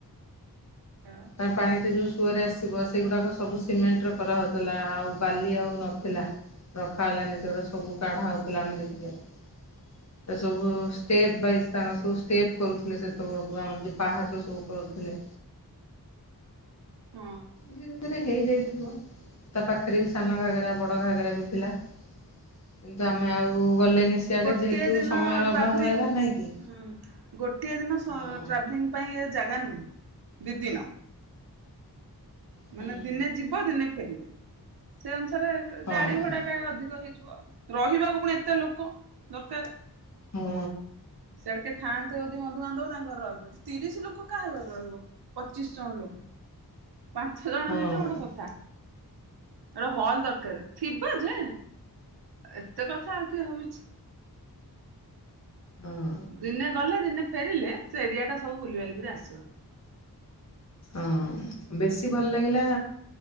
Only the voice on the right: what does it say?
ହଁ।
ହଁ।
ଗୋଟିଏ
ଦିନ
ଟ୍ରାଭେଲିଂ
ହୁଁ ଗୋଟିଏ ଦିନ ସ
ଟ୍ରାଭେଲିଂ ପାଇଁ ଏ ଜାଗା ନୁହଁ। ଦି ଦିନ।
ମାନେ ଦିନେ ଯିବ ଦିନେ ଫେରିବ। ସେ ଅନୁସାରେ
ଗାଡି
ଭଡାଟା ଅଧିକ ହେଇଯିବ ଆଉ। ରହିବାକୁ ପୁଣି ଏତେ ଲୋକ ଦରକାର।
ସିଆଡେ କିଏ ଥାନ୍ତେ ଯଦି ବନ୍ଧୁବାନ୍ଧବ ତାଙ୍କ ଘରେ ରହିଲ। ତିରିଶି ଲୋକ କାହା ଘରେ ରହିବ। ପଚିଶ୍ ଜଣ ଲୋ ପାଞ୍ଚ ଜଣ
ହେଇଚ ଗୋଟେ କଥା। ଗୋଟେ ହଲ୍ ଦରକାର। ଥି ବ ଯେ, ଏତେ କଥା ଆଉ କିଏ ଭାବିଚି।
ଦିନେ ଗଲେ ଦିନେ ଫେରିଲେ ସେ ଏରିଆ ଟା ସବୁ ବୁଲିବାଲିକିରି ଆସିବ।